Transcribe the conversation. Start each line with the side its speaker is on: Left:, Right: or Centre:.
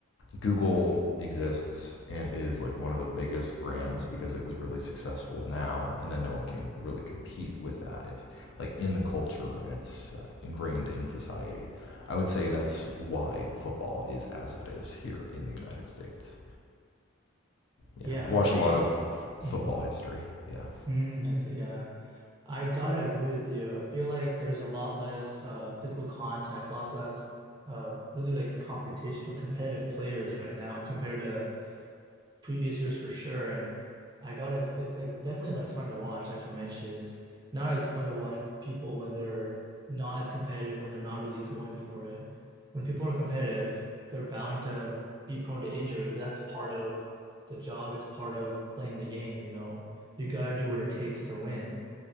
Left: Google exists and is like one of the biggest brands because it was really successful now, and then no one can really compete with that. It's like in the culture and it's uh, ingrained in society. I would say that's why football is as it is here in the United States. Yeah,
Right: Yeah,
Left: I've
Right: for
Left: watched
Right: sure.
Left: a lot of f-
Right: Mm.
Left: football history. Yeah.
Right: Mm, I see. Yeah. I gotta agree with you. I feel like there's a lot less uh, physical contact, a less uh, really like competition or competitive players right now compared to previous years for sure. And I gotta, s- it's like definitely less fun to watch, like you mentioned. It's not as fun to watch people when they're not as competitive, when they're not really going for it. When people are competitive, they're bound to be prone to injury, but that's part of the job. It's part of playing the game, you know. You gotta do what it takes to win.